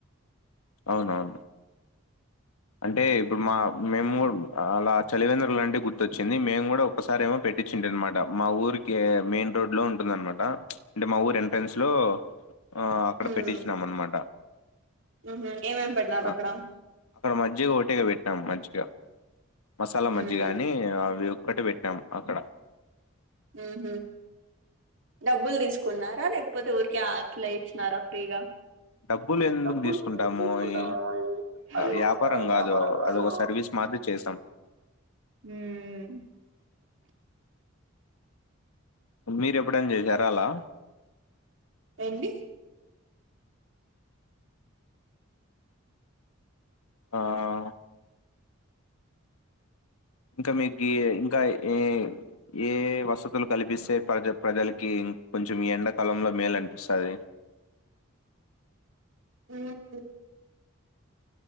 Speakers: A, on the left; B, on the right.
A: అవునవును అంటే ఇప్పుడు మా మేముగూడ్ అలా చలివేంద్రాలంటే గుర్తొచ్చింది మేము గూడా ఒకసారి ఏమో పె టిచ్చిన్ట్ అనమాట. మా ఊరికే మెయిన్ రోడ్ లో ఉంటుందనమాట అంటే మా ఊర్ ఎంట్రన్స్ లో ఆ అక్కడ
B: హ్మ్
A: పెట్టించిన్నాం అన్నమాట
B: ఊహూ ఏమేం పెట్టినారు
A: ఆ
B: అక్కడ
A: అక్కడ మజ్జిగ ఒకటేగా పెట్టినం మజ్జిగ మసాలా
B: హ్మ్
A: మజ్జిగాని అవి ఏవ్ ఒకటే పెట్టాం అక్కడా
B: ఉహూహ్ డబ్బులు దిస్కున్నారా లేకపోతే ఊరికే అట్లా ఇచ్చినారా ఫ్రీగా.
A: డబ్బులు ఎందుకు
B: డబ్బులు
A: తీసుకుంటాము
B: ఎందుకు దిసుకుంటాము.
A: ఈ
B: ఈ అది
A: వ్యాపారం
B: ఉండన్లే అది
A: కాదు
B: వ్యాపారం ల్యాండో.
A: అది ఒక సర్వీస్ మాత్ర చేసాం
B: ఊహ్మ్
A: మీరెప్పుడైనా జేశారా అలా
B: ఏండి
A: ఆహా ఇంకా మీక్ ఏ ఇంకా ఏ ఏ వసతులు కల్పిస్తే ప్రజ ప్రజలకి కొంచెం ఎండకాలంలో మేలనిపిసది.
B: ఉమ్మ్